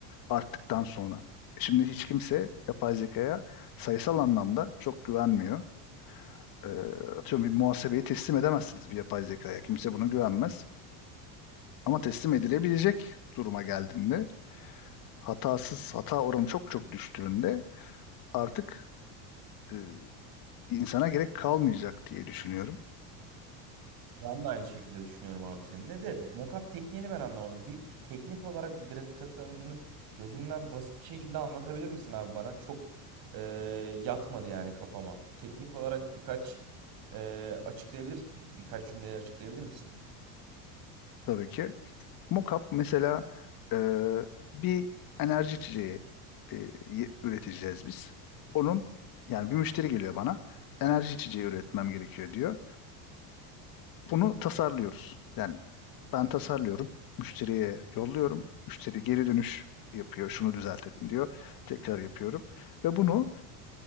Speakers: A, on the left; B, on the right.
A: arttıktan sonra. Şimdi hiç kimse yapay zekaya sayısal anlamda çok güvenmiyor. Ee, atıyorum bir muhasebeyi teslim edemezsiniz bir yapay zekaya. Kimse buna güvenmez. Ama teslim edilebilecek duruma geldiğinde hatasız hata oranı çok çok düştüğünde artık e, insana gerek kalmayacak diye düşünüyorum.
B: Ben de aynı şekilde düşünüyorum abi seninle. Bir de mockup tekniğini ben anlamadım. Bir, bir teknik olarak bir grafik tasarımcının gözünden basit bir şekilde anlatabilir misin abi bana? Çok e, yatmadı yani kafama. Teknik olarak birkaç e, açıklayabilir, birkaç cümleyle açıklayabilir misin?
A: Tabii ki. Mockup mesela e, bir enerji içeceği e, y- üreteceğiz biz. Onun yani bir müşteri geliyor bana. Enerji içeceği üretmem gerekiyor diyor. Bunu tasarlıyoruz. Yani ben tasarlıyorum. Müşteriye yolluyorum. Müşteri geri dönüş yapıyor. Şunu düzeltelim diyor. Tekrar yapıyorum. Ve bunu